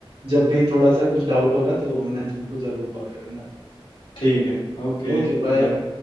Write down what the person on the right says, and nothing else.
जब भी थोड़ा सा कुछ डाउट होगा तो मैं तुमको जरूर कॉल करूंगा
Okay bye